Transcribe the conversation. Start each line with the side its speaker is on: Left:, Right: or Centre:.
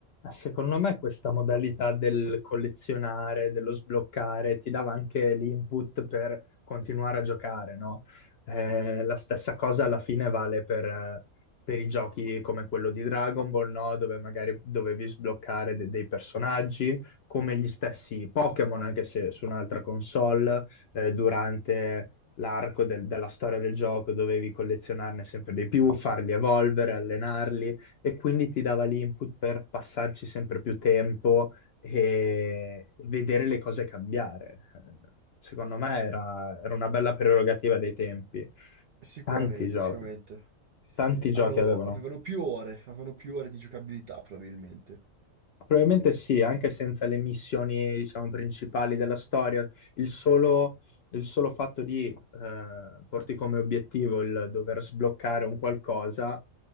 Left: Secondo me questa modalità del collezionare, dello sbloccare, ti dava anche l'input per continuare a giocare, no? Eh, la stessa cosa alla fine vale per, eh, per i giochi come quello di Dragon Ball, no? Dove magari dovevi sbloccare de- dei personaggi, come gli stessi Pokémon, anche se su un'altra console, eh, durante l'arco del- della storia del gioco dovevi collezionarne sempre di più, farli evolvere, allenarli e quindi ti dava l'input per passarci sempre più tempo e vedere le cose cambiare. Eh, Secondo me era, era una bella prerogativa dei tempi.
Right: Sicuramente,
Left: Tanti giochi,
Right: sicuramente.
Left: tanti giochi
Right: hanno-
Left: avevano.
Right: avevano più ore, avevano più ore di giocabilità probabilmente.
Left: Probabilmente sì, anche senza le missioni, diciamo, principali della storia, il solo, il solo fatto di eh, porti come obiettivo il dover sbloccare un qualcosa